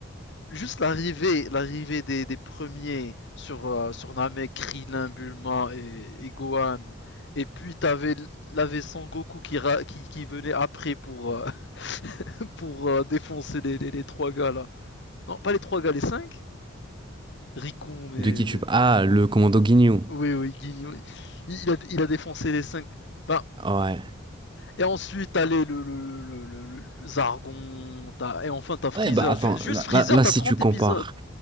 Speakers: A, on the left (about 55°); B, on the right (about 20°).
A: juste l'arrivée, l'arrivée des, des premiers sur, euh, sur Namek, Krillin, Bulma et, et Gohan. Et puis t'avais l'avais Son Goku qui, ra- qui, qui venait après pour, euh, <laughs> pour euh, défoncer les, les, les trois gars là. Non, pas les trois gars, les cinq Rikon, mais.
B: De qui tu, ah, le commando Ginyu.
A: Oui, oui, Guigno. Il, il a, il a défoncé les cinq. Ben,
B: Ouais.
A: et ensuite, t'as les, le, le, le, le, le- Zargon, t'as- et enfin t'as Freezer.
B: Ouais, bah attends,
A: Ju- juste
B: là,
A: Freezer,
B: là, là,
A: t'as
B: si
A: 30
B: tu compares,
A: épisodes.